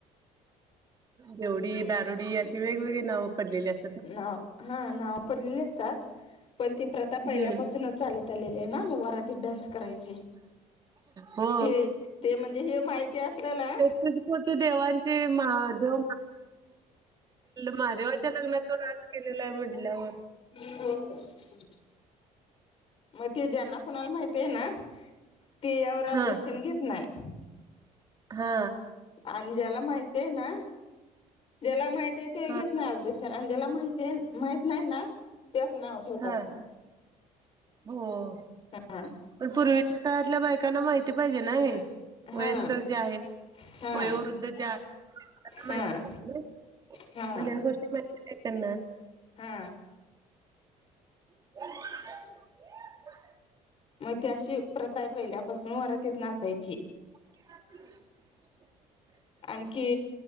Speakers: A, on the right; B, on the left.
A: बेवडी, दारुडी अशी वेगवेगळी नाव पडलेली असत
B: नाव हा नाव पडलेली असतात, पण ती प्रथा पहिल्यापासूनच
A: हम्म
B: चालत आलेले आहे ना, मग वरातीत डान्स करायची.
A: हो
B: ते ते म्हणजे हे माहिती असल ना
A: तेहत्तीस कोटी देवांचे महादेव महादेव <unintelligible> लग्नात तो डान्स केलेला आहे म्हटल्यावर
B: <inaudible> मग ते ज्यांना कुणाला माहीती आहे ना, ते यावर ऑब्जेक्शन
A: हा
B: घेत नाही.
A: हा.
B: आणि ज्याला माहीतीय आहे ना, ज्याला माहिती आहे, ते
A: हा
B: घेत नाही ऑब्जे क्शन आणि त्याला माहिती माहित नाही ना, ते असं नाव ठेव ठेवतात
A: हा
B: मग.
A: हो
B: हा.
A: पण पूर्वीच्या काळातल्या बायकांना माहिती पाहिजे ना हे.
B: हा
A: वयस्कर जे आहे.
B: हा
A: वयोवृद्ध जे आहे, त्यांना माहिती
B: हा
A: पाहिजे.
B: हा
A: पण या गोष्टी माहिती नाहीत त्यांना.
B: हा.
A: <inaudible>
B: मग ते अशी प्रथाय पहिल्यापासून वरातीत नाचायची.
A: <unintelligible>
B: आणखी